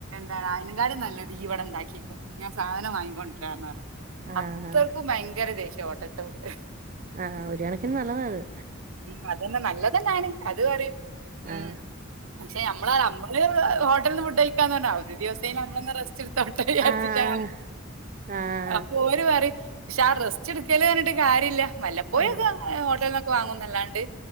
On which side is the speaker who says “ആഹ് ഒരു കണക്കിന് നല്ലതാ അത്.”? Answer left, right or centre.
Right